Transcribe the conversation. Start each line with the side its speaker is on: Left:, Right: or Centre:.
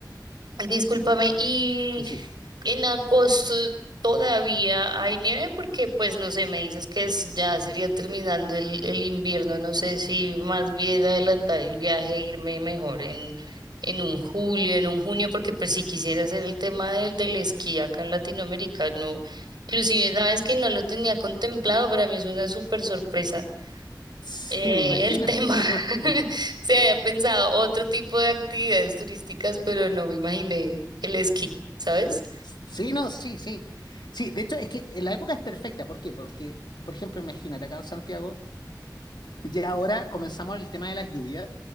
Right: mm, discúlpame, ¿y
Left: Sí, sí.
Right: En agosto todavía hay nieve porque, pues, no sé, me dices que es- ya sería terminando el, el invierno. No sé si más bien adelantar el viaje, e irme mejor en, en un julio, en un junio, porque pues si quisiera hacer el tema de- del esquí acá en Latinoamérica, no. Inclusive, sabes que no lo tenía contemplado, para mí es una súper sorpresa.
Left: Sí,
Right: Eh,
Left: me imagino,
Right: el tema,
Left: <laughs> me imagino.
Right: <laughs> se había pensado otro tipo de actividades turísticas, pero no me imaginé el esquí, ¿sabes?
Left: Sí, no, sí, sí. Sí, de hecho es que en la época es perfecta. ¿Por qué? Porque, por ejemplo, imagínate acá en Santiago, Y ahora comenzamos el tema de las lluvias.